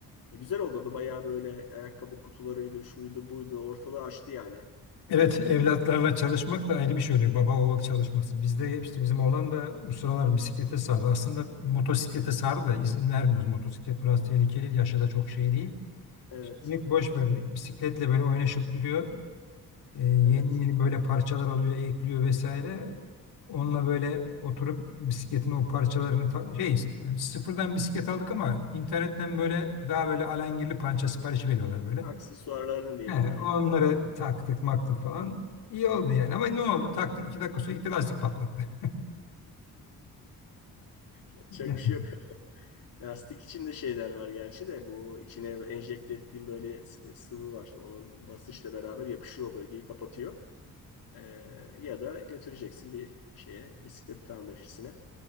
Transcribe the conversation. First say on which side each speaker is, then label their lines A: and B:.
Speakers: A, on the left; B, on the left.
A: E, güzel oldu o da bayağı böyle ayakkabı kutularıydı, şuydu buydu. Ortalığı açtı yani.
B: Evet,
A: E,
B: evlatlarla çalışmak da ayrı bir şey oluyor. Baba oğul çalışması. Bizde işte bizim oğlan da bu sıralar bisiklete sardı. Aslında motosiklete sardı da izin vermiyoruz. Motosiklet biraz tehlikeli, yaşı da çok şey değil.
A: evet,
B: Şimdilik boş verdik. Bisikletle böyle oynaşıp duruyor. Ee, yeni
A: evet.
B: yeni böyle parçalar alıyor, ekliyor vesaire. Onunla böyle oturup bisikletin o parçalarını ta- şey e, sıfırdan bisiklet aldık ama internetten böyle daha böyle alengirli pança sipariş veriyorlar böyle.
A: Aksesuarlarını diyelim
B: He,
A: yani.
B: onları taktık maktık falan. İyi oldu yani ama ne oldu? Taktık iki dakika sonra gitti lastik patlattı.
A: Yapacak
B: <laughs>
A: bir şey yok. Lastik içinde şeyler var gerçi de bu içine enjekte ettiğim böyle s- e, sıvı var. Onun basınçla beraber yapışıyor o bölgeyi kapatıyor. Ee, ya da götüreceksin bir şeye bisiklet tamircisine.